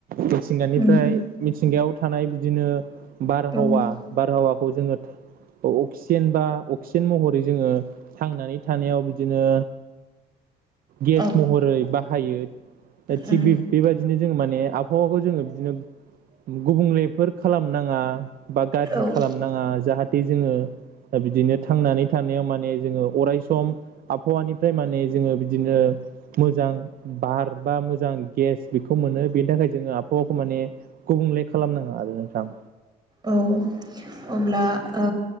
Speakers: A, on the right (about 60°); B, on the right (about 25°).
A: मिथिंगानिफ्राय
B: उम
A: मिथिंगायाव थानाय बिदिनो बारहावा
B: औ उम
A: बारहावाखौ जोङो अक्सिजेन बा अक्सिजेन मह रै जो थांनानै थानायाव बिदिनो गेस
B: औ
A: महरै बा हायो दा
B: उम
A: थिग बे बेबायदिनो जों माने आबहावाखौ जोङो बिदिनो गुबुंलेफोर खालामनाङा बा गाज्रि
B: औ
A: खालामनाङा जाहाथे जोङो बिदिनो थांनानै थानायाव माने जोङो अराय सम आबहावानिफ्राय माने जोङो बिदिनो मोजां बार बा मोजां गेस बेखौ मोनो बेनि थाखाय जोङो आबहावाखौ माने माने गुबुंले खालामनाङा आरो नोंथां
B: औ अब्ला ओ